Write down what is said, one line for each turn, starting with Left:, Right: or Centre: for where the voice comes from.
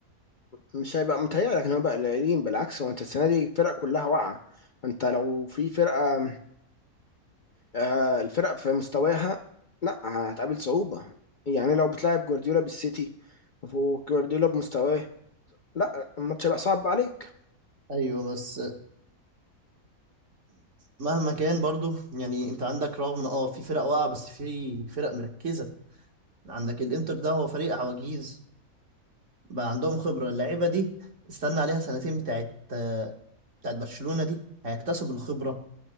Left: مش هيبقى متهيألك ان هو بقى قليلين بالعكس هو انت السنه دي الفرق كلها واقعه انت لو في فرقه آه، الفرق في مستواها لا هتقابل صعوبة يعني لو بتلعب جوارديولا بالسيتي وجوارديولا بمستواه لا الماتش هيبقى صعب عليك
Right: ايوه بس مهما كان برضو يعني انت عندك رغم ان اه في فرق واقعه بس في فرق مركزه عندك الانتر ده هو فريق عواجيز بقى عندهم خبرة اللعيبة دي استنى عليها سنتين بتاعت آه، بتاعت برشلونة دي هيكتسبوا الخبرة